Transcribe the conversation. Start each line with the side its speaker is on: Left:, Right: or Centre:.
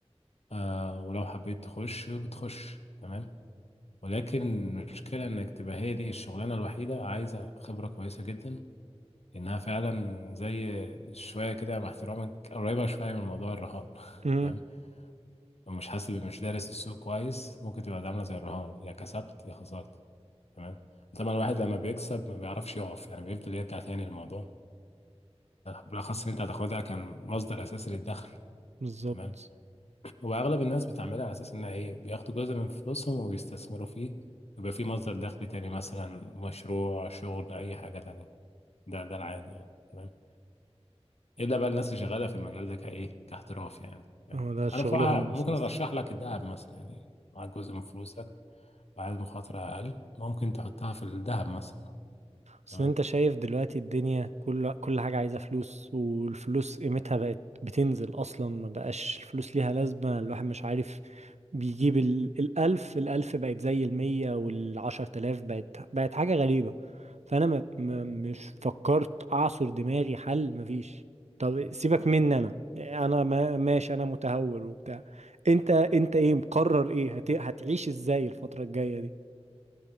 Left: آه ولو حبيت تخش بتخش تمام ولكن المشكلة انك تبقى هي دي الشغلانة الوحيدة عايزة خبرة كويسة جدا انها فعلا زي شوية كده يعني مع احترامك قريبة شوية من موضوع الرهان <laughs>
Right: امم
Left: تمام لو مش حاسب مش دارس السوق كويس ممكن تبقى عاملة زي الرهان يا كسبت يا خسرت تمام طبعا الواحد لما بيكسب ما بيعرفش يقف يعني بيفضل يرجع تاني للموضوع بالاخص ان انت هتاخدها كان مصدر اساسي للدخل
Right: بالظبط
Left: تمام هو اغلب الناس بتعملها على اساس انها ايه بياخدوا جزء من فلوسهم وبيستثمروا فيه ويبقى فيه مصدر دخل تاني مثلا مشروع شغل اي حاجه تانية ده ده العادي يعني تمام الا بقى الناس اللي شغاله في المجال ده كايه كاحتراف يعني تمام
Right: هو ده
Left: انا
Right: شغلهم
Left: بصراحه
Right: الاساسي
Left: ممكن ارشح لك الذهب مثلا يعني معاك جزء من فلوسك وعايز مخاطره اقل ممكن تحطها في الذهب مثلا
Right: بس
Left: تمام
Right: انت شايف دلوقتي الدنيا كل كل حاجة عايزة فلوس والفلوس قيمتها بقت بتنزل اصلا ما بقاش الفلوس ليها لازمة الواحد مش عارف بيجيب ال... الالف الالف بقت زي المية والعشر تلاف بقت بقت حاجة غريبة فانا ما... ما... مش فكرت اعصر دماغي حل مفيش طب سيبك مني انا انا ما... ماشي انا متهور وبتاع انت انت ايه مقرر ايه هت... هتعيش ازاي الفترة الجاية دي